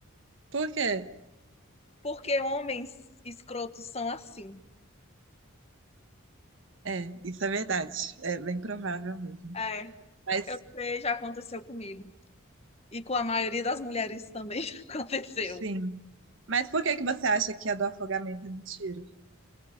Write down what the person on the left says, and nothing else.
Porque homens escrotos são assim.
É,
eu sei, já aconteceu comigo. E com a maioria das mulheres também <laughs> já aconteceu.